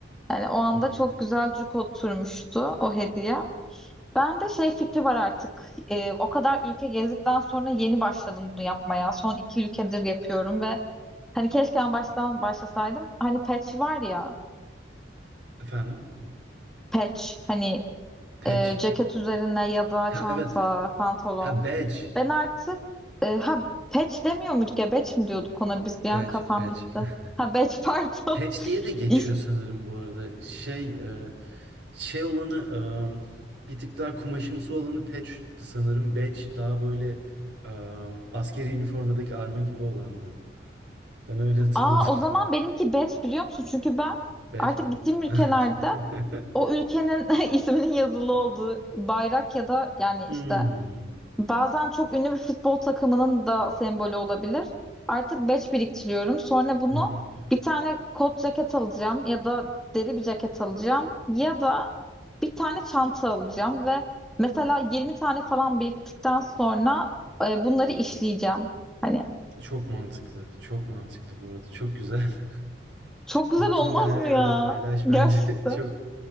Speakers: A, in the centre; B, on the right.
A: Yani o anda
B: Hı hı.
A: çok güzel cuk oturmuştu o hediye. Ben de şey fikri var artık. Ee, o kadar ülke gezdikten sonra yeni başladım bunu yapmaya. Son iki ülkedir yapıyorum ve hani keşke en baştan başlasaydım. Hani patch var ya,
B: Efendim?
A: patch hani
B: Patch.
A: e, ceket üzerine ya da
B: Ha
A: çanta,
B: evet.
A: pantolon.
B: Ha badge.
A: Ben artık e, ha patch demiyor muyduk ya, batch mi diyorduk ona biz bir
B: Badge,
A: an kafam
B: badge.
A: gitti.
B: <laughs>
A: Ha batch <laughs> pardon.
B: Patch diye de geçiyor
A: İşte-
B: sanırım bu arada. Şey, e, şey olanı e, bir tık daha kumaşımsı olanı patch'ti sanırım. Badge daha böyle e, askeri üniformadaki arma gibi olandı. Ben öyle hatırladım.
A: Aa o zaman benimki batch biliyor musun? Çünkü ben
B: <laughs> Badge
A: artık
B: mi?
A: gittiğim ülkelerde
B: <laughs>
A: o ülkenin <laughs> isminin yazılı olduğu bayrak ya da yani
B: Hmm.
A: işte bazen çok ünlü bir futbol takımının da sembolü olabilir. Artık batch biriktiriyorum. Sonra bunu
B: Hı hı.
A: bir tane kot ceket alacağım ya da deri bir ceket alacağım ya da bir tane çanta alacağım ve mesela 20 tane falan biriktikten sonra e, bunları işleyeceğim. Hani
B: Çok mantıklı. Çok mantıklı bu arada. Çok güzel. <laughs>
A: çok güzel
B: Bittiğinde
A: olmaz
B: her
A: mı
B: yerde
A: ya?
B: paylaş bence.
A: Gerçekten.
B: <laughs> Çok